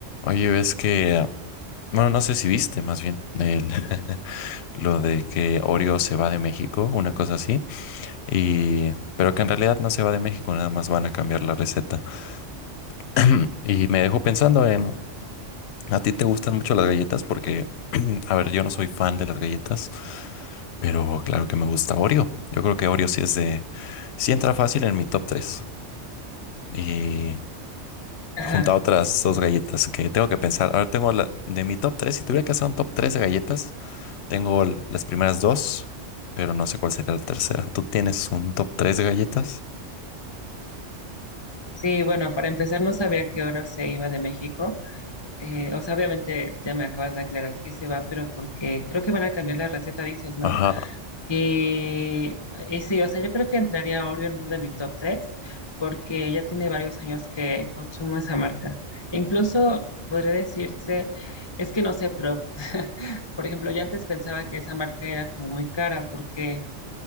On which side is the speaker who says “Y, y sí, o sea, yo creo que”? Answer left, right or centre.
Left